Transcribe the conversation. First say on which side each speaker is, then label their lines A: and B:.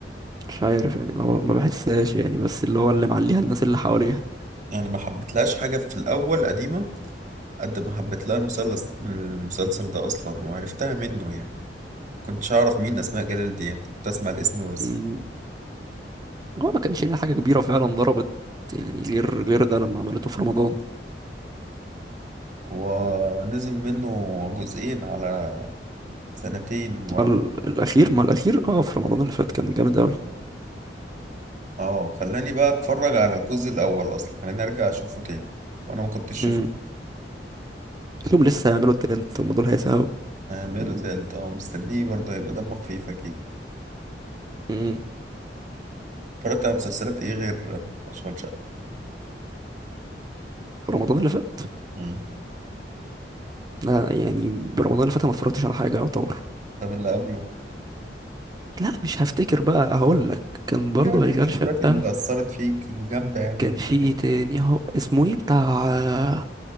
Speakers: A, on the right; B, on the right.
A: مش عارف يعني اللي هو ما بحسهاش يعني بس اللي هو اللي معليها الناس اللي حواليها
B: يعني ما حبيتلهاش حاجه في الاول قديمه قد ما حبيت لها المسلسل من المسلسل ده اصلا وعرفتها منه يعني كنتش اعرف مين اسماء جلال دي يعني كنت اسمع الاسم بس
A: مم. هو ما كانش ليها حاجة كبيرة فعلا ضربت يعني غير غير ده لما عملته في رمضان
B: ونزل منه جزئين على سنتين ورا
A: ال-
B: بعض
A: الأخير ما الأخير اه في رمضان اللي فات كان جامد أوي
B: اه خلاني بقى اتفرج على الجزء الاول اصلا خلاني ارجع اشوفه تاني وانا ما كنتش شفته
A: مم. لهم لسه هيعملوا التالت هم دول هيساووا
B: آه بقاله تالت اه مستنيه برضه هيبقى دمه خفيف اكيد
A: مم.
B: اتفرجت على مسلسلات ايه غير آه، اشغال شقة
A: في رمضان اللي فات
B: مم.
A: لا يعني برمضان اللي فات أنا ما اتفرجتش على حاجة يعتبر
B: طب اللي قبله
A: لا مش هفتكر بقى هقول لك كان برضه
B: يعني المسلسلات
A: هيكل شقة
B: اللي اثرت فيك الجامدة يعني
A: كان
B: انت
A: في
B: فاكر
A: ايه تاني هو اسمه ايه بتاع